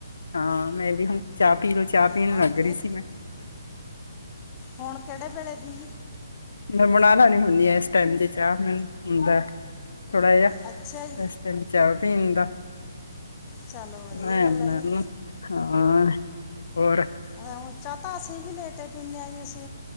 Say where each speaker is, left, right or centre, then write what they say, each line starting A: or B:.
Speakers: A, on the left; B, on the left.
A: ਹਾਂ, ਮੈਂ ਵੀ ਹੁਣ ਚਾਹ ਪੀ ਲਓ ਚਾਹ
B: ਨਮਾ
A: ਪੀਣ ਲੱਗ ਰਹੀ
B: ਕੇ
A: ਸੀ ਮੈਂ।
B: ਹੁਣ, ਕਿਹੜੇ ਵੇਲੇ ਦੀ?
A: ਮੈਂ ਬਣਾ ਲੈ ਨੀ ਹੁੰਦੀ ਆ ਇਸ ਟਾਈਮ ਦੇ ਚਾਹ ਮੈਨੂੰ ਹੁੰਦਾ। ਥੋੜਾ ਜਾ,
B: ਅੱਛਾ ਜੀ
A: ਏਸ ਟਾਈਮ ਚਾਹ ਪੀਣ ਦਾ।
B: ਚਲੋ ਵਧੀਆ
A: ਮੈਂ
B: ਗੱਲ ਹੈ ਜੀ
A: ਹਾਂ, ਹੋਰ
B: ਅ ਚਾ ਤਾ ਅਸੀਂ ਵੀ ਲੇਟੇ ਪੀਨੇ ਆ ਜੀ ਅਸੀ